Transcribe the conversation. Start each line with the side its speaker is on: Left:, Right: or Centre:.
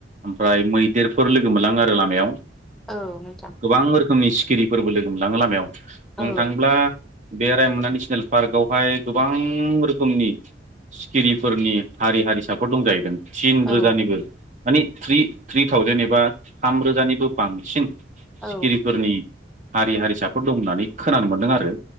Right: ओमफ्राय मैदेरफोर लोगो मोनलां आरो। लामायाव
Centre: औ नोंथां
Right: गोबां रोखोमनि सिखिरिफोरबो लोगो मोनलाङो लामायाव
Centre: औ
Right: बुंनो थाङोब्ला। बे रायमना नेसनेल पार्कआवहाय गोबां रोखोमनि सिखिरिफोरनि हारि हारिसाफोर दंजाहैदों थिन
Centre: औ
Right: रोजानिबो मानिे थ्रि थ्रि थावजेेन एबा थामरोजानिबो बांसिन
Centre: औ
Right: सिखिरिफोरनि हारि हारिसाफोर दं होननानै खोनानो मोनदों आरो।